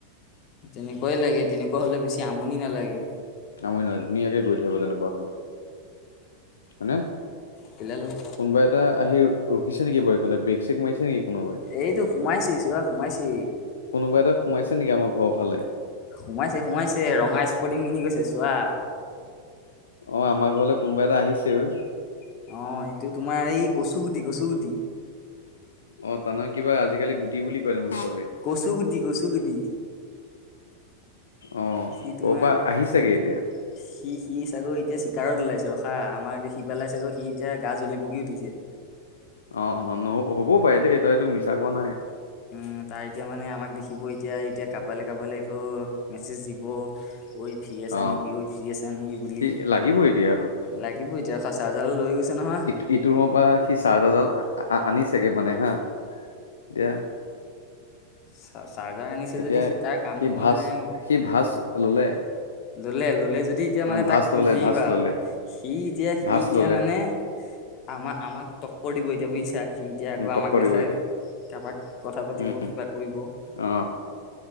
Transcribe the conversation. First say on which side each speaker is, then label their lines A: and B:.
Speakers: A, on the left (about 40°); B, on the left (about 65°).
A: তেনেকুৱাই লাগে তেনেকুৱা হলে বেছি আমনি নালাগে।
B: আমৰি নহয় ধুনীয়াকে গৈ থাকিব তেনেকুৱা হলে, হয়নে?
A: কেলেই লাগে,
B: কোনোবা এটা আহি ৰখিছে নেকি বাৰু এই কনট ব্ৰেক চছেক মাৰিছে নেকি কোনোবাই?
A: এইটো সোমাইছি চো সোমাইছি।
B: কোনোব এটা সোমাই নে আমাৰ ঘৰৰ ফালে।
A: সোমাইছে-সোমাইছে ৰঙা স্পৰ্টিং পিন্ধিৈছে চোৱা।
B: অ, আমাৰ ঘৰলৈ কোনোবা এটা আহিছে ঐ।
A: অ, এইটো তোমাৰ এই কচুগুটি-কচুগুটি।
B: অ, তানহয় কিবা আজিকালি গুটি বুলি কয় চবে।
A: কচুগুটি কছুগুটি।
B: অ
A: সি তোমাৰ
B: ক'ৰ পৰা আহিছাগে
A: সি
B: এতিয়া
A: সি সি চাগৈ এতিয়া চিকাৰত ওলাইছে ৰখা আমাক দেখি পেলাই চাগো সি এতিয়া গা জ্বলি পকি উঠিছে।
B: অ', অ', নহ হ'ব পাৰে দেই তইতটো মিছা
A: হয়,
B: কোৱা নাই।
A: উম তাই এতিয়া মানে আমাক দেখিব এতিয়া এতিয়া কাবালৈ কাবালৈ একো মেছেজ দিব। ঐফি আছা
B: অ
A: নে কি ফি এছা ন কি বুলি?
B: সি লাগিবই এতিয়া আৰু
A: লাগিব এতিয়া চাৰ্জাৰডাল লৈ গৈছে নহয়।
B: ইটোৰ ৰুমৰ পৰা সি চাৰ্জাৰডাল আনিছেগে মানে হা এতিয়া
A: চ চাৰ্জাৰ আনিছে
B: এতিয়া
A: যদি সি তাৰ কামটো
B: ভাজ
A: মানে
B: সি ভাজ ললে
A: ললে ললে যদি এতিয়া
B: অ
A: মানে
B: ভাজ
A: তাক
B: ললে
A: নেৰিবা
B: ভাজ ললে
A: আৰু সি এতিয়া সি
B: ভাজ
A: এতিয়া
B: ললে
A: মানে। আমাক আমাক টক্কৰ দিব এতিয়া বুজিছা সি এতিয়া
B: উম
A: আকৌ
B: টক্কৰ
A: আমাক দেখাই
B: দিব এতিয়া
A: কাৰোবাক কথা পাতিব
B: উম
A: কিবা কৰিব।
B: অ